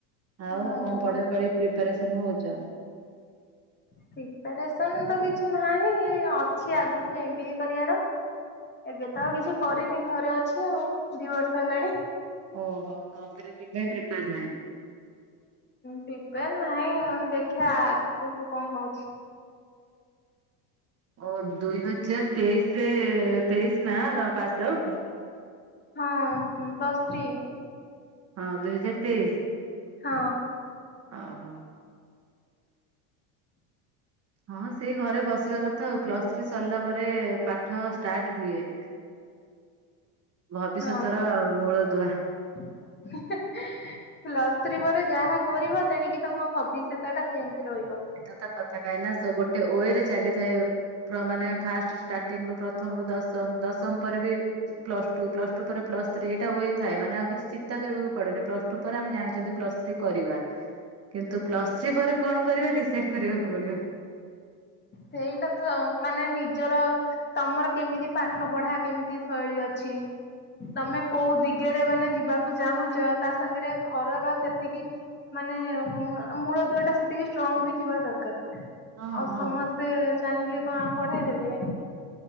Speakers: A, on the right; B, on the left.
A: ଆଉ
B: ହଁ
A: କଣ
B: ଭଲ
A: ପଢାପଢି ପ୍ରିପାରେସନ ହଉଛ?
B: ପ୍ରିପାରେସନ ତ କିଛି ନାହିଁ ଅଛି ଆଗକୁ ଏମବିଏ କରିବାର। ଏବେ ତ ଆଉ କିଛି କରିନି ଘରେ ଅଛି ଆଉ ଦି ବର୍ଷ ହେଲାଣି।
A: ଓହୋ କମ୍ପିରେଟିଭି ପାଇଁ ପ୍ରିପେୟାର ନାହିଁ।
B: ପ୍ରିପେୟାର ନାହିଁ ଦେଖିବା ଆଗକୁୁ କଣ ହଉଛି?
A: ଓ ଦୁଇ ହଜାର ତେଇଶି ରେ ତେଇଶି ନା ପାସ ଆଉଟ?
B: ହଁ ପ୍ଲସ୍ ଥ୍ରୀ।
A: ହଁ ଦୁଇ ହଜାର ତେଇଶି?
B: ହଁ।
A: ହଁ ହଁ। ହଁ ସେଇ ଘରେ ବସିବା କଥା ଆଉ। ପ୍ଲସ ଥ୍ରୀ ସରିଲା ପରେ ପାଠ ଷ୍ଟାର୍ଟ ହୁଏ। ଭବିଷ୍ୟତର
B: ହଁ
A: ମୂଳଦୁଆ।
B: <unintelligible> ପ୍ଲସ ଥ୍ରୀ ପରେ ଯାହା କରିବ ତେଣିକି ତମ ଭବିଷ୍ୟତଟା ସେମିତି ରହିବ।
A: ଏଇଟା ତ ସତ କଥା କାହିଁକି ନା ଗୋଟେ ୱଏ ରେ ଚାଲିଥାଏ। ପୁରା ମାନେ ଫାଷ୍ଟ ଷ୍ଟାର୍ଟିଂ ରୁ ପ୍ରଥମ ରୁ ଦଶମ। ଦଶମ ପରେ ବି ପ୍ଲସ୍ ଟୁ, ପ୍ଲସ୍ ଟୁ ପରେ ପ୍ଲସ୍ ଥ୍ରୀ। ଏଇଟା ୱଏ ଥାଏ। ମାନେ ଆଉ କିଛି ଚିନ୍ତାକରିବାକୁ ପଡେନି। ପ୍ଲସ୍ ଟୁ ପରେ ଆମେ ଜାଣିଛନ୍ତି ପ୍ଲସ - ଥ୍ରୀ କରିବା କିନ୍ତୁ, ପ୍ଲସ ଥ୍ରୀ ପରେ କଣ କରିବା ଡିସାଇଡ କରିବାକୁ ପଡିବ।
B: ସେଇଟା ତ ମାନେ ନିଜର। ତମର କେମିତି ପାଠ ପଢା କେମିତି ଶୈଳୀ ଅଛି? ତମେ କୋଉ ଦିଗରେ ମାନେ ଯିବାକୁ ଚାହୁଁଛ, ତା ସାଙ୍ଗରେ ଘରର ସେତିକି ମାନେ ମୂଳ ଦୁଆ ଟା ସେତିକି ଷ୍ଟ୍ରଙ୍ଗ ବି ଥିବା ଦରକାର।
A: ହଁ
B: ଆଉ
A: ହଁ
B: ସମସ୍ତେ ଚାହିଁଲେ କଣ ପଢେଇ ଦେବେ?